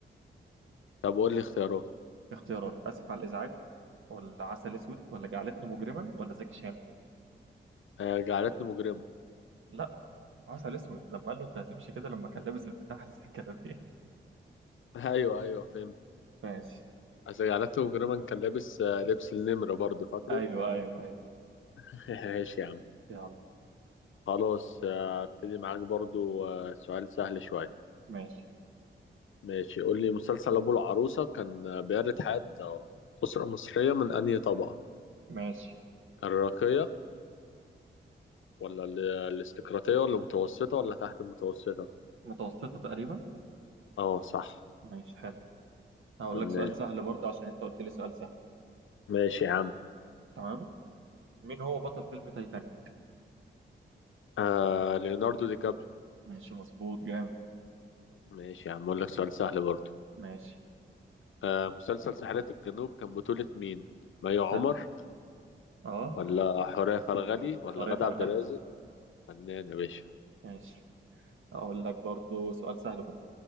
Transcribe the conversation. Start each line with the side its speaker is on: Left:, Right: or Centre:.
Left: طب قول لي اختيارات
Right: اختيارات اسف على الازعاج ولا عسل اسود ولا جعلتني مجرما ولا زكي شان
Left: آه جعلتني مجرما
Right: لا عسل اسود لما قال له انت هتمشي كده لما كان لابس البتاع <laughs> الكلابيه
Left: <laughs> ايوه ايوه فهمت
Right: ماشي
Left: اصل جعلتني مجرما كان لابس آه لبس النمرة برضه فاكره
Right: ايوه ايوه ايوه
Left: <laughs> ماشي يا عم
Right: يلا
Left: خلاص آه، ابتدي معاك برضه آه سؤال سهل شوية
Right: ماشي
Left: ماشي قول لي مسلسل ابو العروسة كان آه، بيعرض حياة آه، أسرة مصرية من أنهي طبقة
Right: ماشي
Left: الراقية ولا ال- الاستقراطية ولا المتوسطة ولا تحت المتوسطة
Right: متوسطه تقريبا
Left: اه صح
Right: ماشي حلو هقول
Left: فنان
Right: لك سؤال سهل برضه عشان انت قلت لي سؤال سهل
Left: ماشي يا عم
Right: تمام مين هو بطل فيلم تايتانيك
Left: آه ليوناردو دي كابري
Right: ماشي مظبوط جامد
Left: ماشي يا عم اقول لك سؤال سهل برضو
Right: ماشي
Left: آه مسلسل ساحرة الجنوب كان بطولة مين مي عمر
Right: سهل اه
Left: ولا حورية فرغلي ولا
Right: حورية
Left: غادة
Right: فرغلي
Left: عبد الرازق فنان يا باشا
Right: ماشي اقول لك برضه سؤال سهل برضه